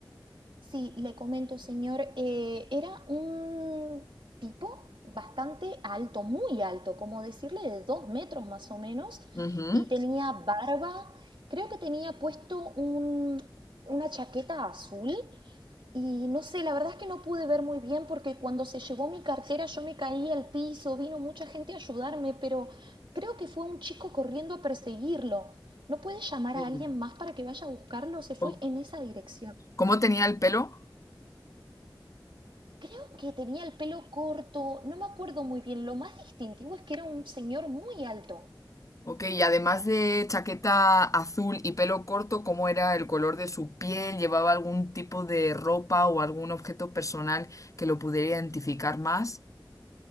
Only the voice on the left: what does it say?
Ujú.
Sí,
Ok.
¿Cómo tenía el pelo?
Ok, y además de chaqueta azul y pelo corto, ¿cómo era el color de su piel? ¿Llevaba algún tipo de ropa o algún objeto personal que lo pudiera identificar más?